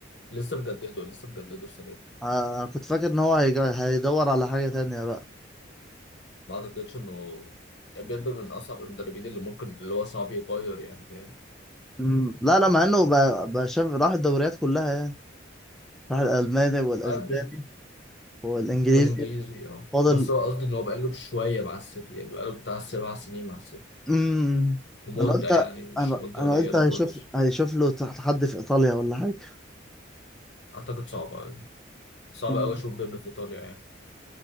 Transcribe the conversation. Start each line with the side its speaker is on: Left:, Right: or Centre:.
Left: لسه مجدده لسه مجدده السنه دي
Centre: آه أنا كنت فاكر ان هو هيج- هيدور على حاجه تانية بقى
Left: ما اعتقدش انه يعني بيبدو من اصعب المدربين اللي ممكن اللي هو صعب يغير يعني فاهم
Centre: مم. لا لا مع انه بقى بقى شاف راح الدوريات كلها يعني راح الالماني والاسباني
Left: آه، مش
Centre: والانجليزي
Left: دكتور انجليزي اه
Centre: فاضل
Left: بس هو قصدي ان هو بقاله شويه مع السيتي يعني بقاله بتاع سبع سنين مع السيتي
Centre: امم
Left: مده
Centre: انا قلت
Left: يعني مش
Centre: انا
Left: مده
Centre: انا
Left: قليله
Centre: قلت هيشوف
Left: خالص
Centre: هيشوف له تحت حد في ايطاليا ولا حاجه
Left: اعتقد صعبه يعني صعب
Centre: مم.
Left: قوي اشوف بيب في ايطاليا يعني